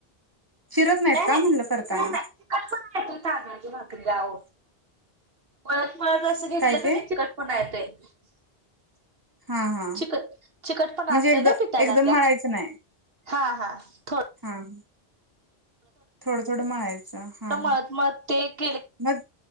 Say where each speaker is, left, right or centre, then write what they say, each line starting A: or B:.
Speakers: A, on the right; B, on the right.
A: चिरत नाहीत
B: नाही
A: का
B: नाही
A: म्हणलं करताना
B: नाही नाही चीकटच पना असतोय तांदळाच्या भाकरीला ओ. <unintelligible>
A: काय ते
B: <unintelligible> <inaudible>
A: हा हा
B: चिकट, चिकट पणा
A: म्हणजे
B: असतोय
A: एकद
B: ना पिटाला
A: एकदम
B: त्या.
A: मळायचं नाही
B: हा हा थोड
A: <inaudible> थोडं थोडं मळायचं
B: थोडं
A: हा
B: मळत मळत ते केले
A: मग